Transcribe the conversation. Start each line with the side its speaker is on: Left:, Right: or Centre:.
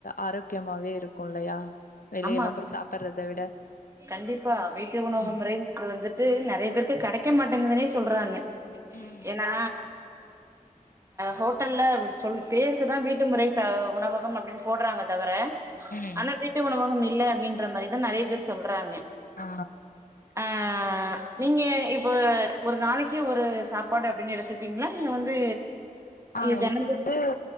Left: ஆரோக்கியமாவே இருக்கும் இல்லையா வெளிய
Right: ஆமா
Left: எல்லா போய் சாப்பிடுறத விட
Right: கண்டிப்பா வீட்டு உணவக
Left: ம்
Right: முறை வந்துட்டு நிறைய பேருக்கு கிடைக்க மாட்டேங்குதுனே சொல்றாங்க
Left: ம்
Right: ஏன்னா ஹோட்டல்ல பேருக்கு தான் வீட்டு முறை உணவகம் அப்படின்னு போடுறாங்க தவிர
Left: ம்
Right: ஆனா வீட்டு உணவகம் இல்லை அப்டின்ற மாரி இன்னு நிறைய பேர் சொல்ல இப்பதா வந்தே
Left: ஆ
Right: அ நீங்க இப்ப ஒரு நாளைக்கு ஒரு சாப்பாடு அப்டின்னு எடுத்துப்பீங்களா இல்ல வந்து
Left: அ
Right: இது தெனந்தோ
Left: இப்ப வந்து